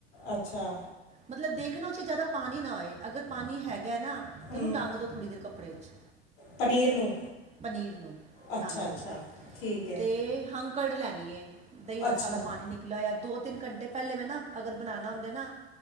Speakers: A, on the left; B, on the right.
A: ਅੱਛਾ।
B: ਮਤਲਬ ਦੇਖਨਾ ਓਦੇ ਚ ਜਾਦਾ ਪਾਣੀ ਨਾ ਆਏ, ਅਗਰ ਪਾਣੀ ਹੈਗਾ ਨਾ ਤੇ ਓਨੂ
A: ਹਮ,
B: ਟਂਗ ਦੋ। ਥੋੜੀ ਦੇਰ ਕੱਪੜੇ ਚ
A: ਪਨੀਰ ਨੂੰ
B: ਪਨੀਰ ਨੂੰ
A: ਅੱਛਾ
B: ਟਂਗ
A: ਅੱਛਾ
B: ਦੋ,
A: ਠੀਕ ਹੈ
B: ਤੇ ਹੰ ਕਡ ਲੈਨੀ ਏ, ਦਈ ਦਾ
A: ਅੱਛਾ
B: ਸਾਰਾ ਪਾਣੀ ਨਿਕ ਲਆ ਦੋ -ਤਿੰਨ ਕਂਟੇ ਪੈਲੇ ਮੈਂ ਨਾ, ਅਗਰ ਬਣਾਣਾ ਉਂਂਦਾ ਨਾ